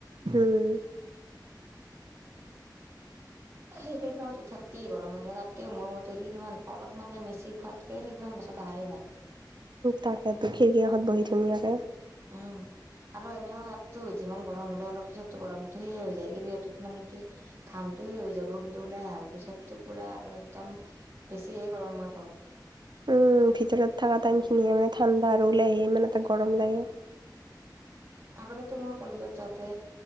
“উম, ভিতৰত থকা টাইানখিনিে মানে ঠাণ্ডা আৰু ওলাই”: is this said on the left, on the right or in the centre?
Right